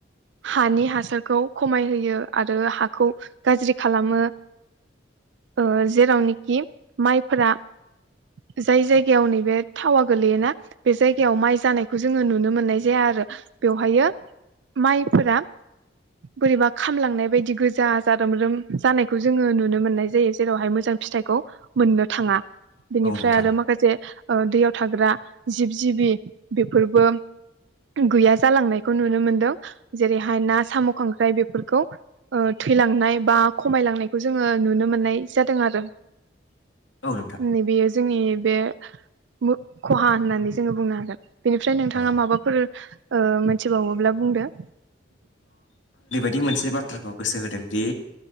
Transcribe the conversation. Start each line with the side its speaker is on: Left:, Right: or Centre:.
Right: हानि हासारखौ खमाय होयो आरो हाखौ गाज्रि खालामो ओ जेरावनोखि माइफोरा जाय जायगायाव नैबे थावा गोल्लैयोना बे जायगायाव माइ जानायखौ जोङो नुनो मोननाय जाया आरो बेवहायो माइफोरा बोरैबा खामलांनाय बायदि गोजा जारोमरोम जानायखौ जोङो नुनो मोननाय जायो जेरावहाय मोजां फिथाइखौ मोननो थाङा बिनिफ्राय
Left: औ नोंथां
Right: आरो माखासे दैयाव थाग्रा जिब जिबि बेफोरबो गैया जालांनायखौ नुनो मोनदों जेरैहाय ना साम' खांख्राय बे फोरखौ ओ थैलांनाय बा खमायलांनायखौ जोङो नुनो मोननाय जादों आरो
Left: औ नोंथां औ
Right: नै बेयो जोंनि बे <unintelligible> खहा होननानै जोङो बुंनो हागोन बेनिफ्राय नोंथाङा
Left: ओ
Right: माबाफोर ओ मिथिबावोब्ला बुंदो
Left: दि मोनसे बाथ्राखौ गोसो होदोंदि